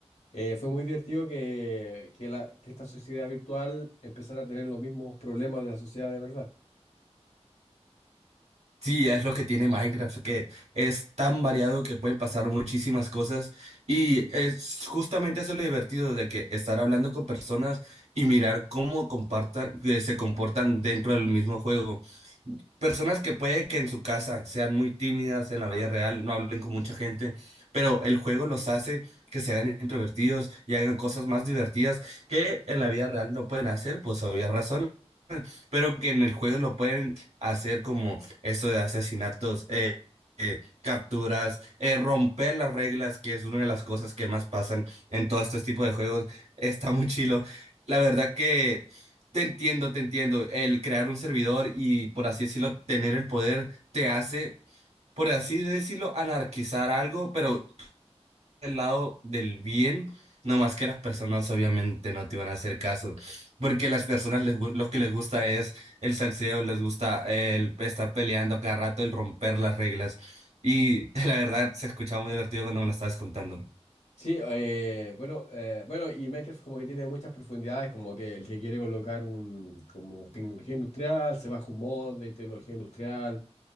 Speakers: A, on the left; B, on the right.
A: Eh, fue muy divertido que, que, la, que esta sociedad virtual empezara a tener los mismos problemas de la sociedad de verdad.
B: Sí, es lo que tiene Minecraft, que es tan variado que pueden pasar muchísimas cosas y es justamente eso lo divertido de que estar hablando con personas y mirar cómo compartan, que se comportan dentro del mismo juego. personas que puede que en su casa sean muy tímidas, en la vida real no hablen con mucha gente, pero el juego los hace que se hagan introvertidos y hagan cosas más divertidas que en la vida real no pueden hacer, pues obvias razones pero que en el juego lo pueden hacer como eso de asesinatos, eh, eh, capturas, eh, romper las reglas, que es una de las cosas que más pasan en todo este tipo de juegos. Está muy chilo. La verdad que te entiendo, te entiendo. El crear un servidor y por así decirlo, tener el poder te hace, por así decirlo, anarquizar algo, pero del lado del bien, no más que las personas obviamente no te van a hacer caso, porque las personas les, gu- lo que les gusta es el salseo, les gusta el estar peleando a cada rato, el romper las reglas. Y <laughs> la verdad se escuchaba muy divertido cuando me lo estabas contando.
A: Sí, eh, bueno, eh, bueno, y Minecraft como que tiene muchas profundidades, como que el que quiere colocar un, como tecnología industrial, se baja un mod de tecnología industrial,